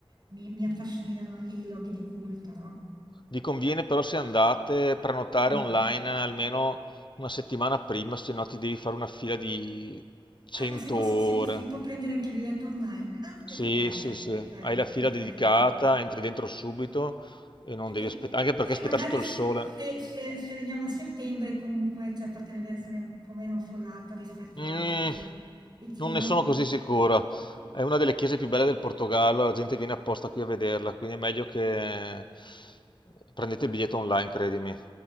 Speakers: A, on the right (about 50°); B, on the left (about 55°).
A: mi, mi affascinano i loghi di culto, no?
B: Vi conviene però se andate prenotare
A: Sì.
B: online almeno una settimana prima, se no ti devi fare una fila di 100
A: Ah, ma si può,
B: ore.
A: si- si può prendere anche il biglietto online. Ah, perfetto,
B: Sì, sì,
A: perfetto,
B: sì, hai la fila
A: perfetto.
B: dedicata, entri dentro subito e non
A: E che
B: devi aspettare, anche
A: poi
B: perché aspettare
A: magari
B: sotto il
A: s-
B: sole.
A: se, se- se veniamo a settembre comunque cioè, potrebbe essere un po' meno affollato rispetto,
B: Mm,
A: rispetto al... Dici
B: non
A: di
B: ne
A: no?
B: sono così sicuro. È una delle chiese più belle del Portogallo, la gente viene apposta qui a vederla, quindi è meglio che prendete il biglietto online, credimi.